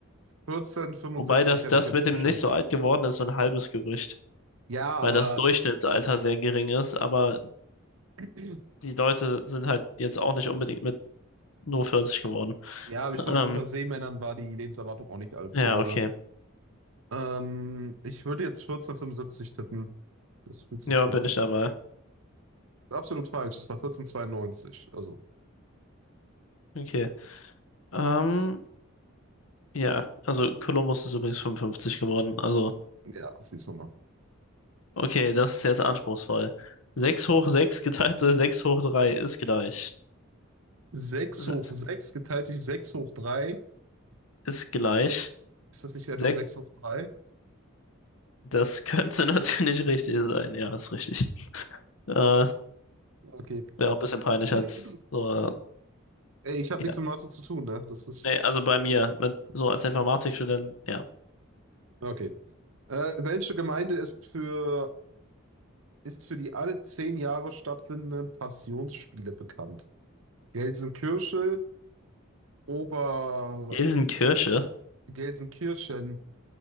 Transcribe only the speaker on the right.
14, hätte
ich jetzt
geschätzt.
Ja, aber
<clears throat>
ja, aber ich glaube,
unter Seemännern war die Lebenserwartung auch nicht allzu
dolle.
Ähm, ich würde jetzt 14,75 tippen. Das fühlt sich
richtig
an. Ist absolut falsch. Es war 14,92. Also,
ja, siehst du mal.
6
hoch 6 geteilt durch 6 hoch drei
Ist das nicht einfach
6 hoch 3?
Okay.
<clears throat> Okay.
Ey, ich habe nichts
mit Mathe zu tun, ne? Das ist.
Okay.
Okay. Äh, welche Gemeinde ist für, ist für die alle zehn Jahre stattfindenden Passionsspiele bekannt? Gelsenkirchen, Ober...
Gelsenkirchen.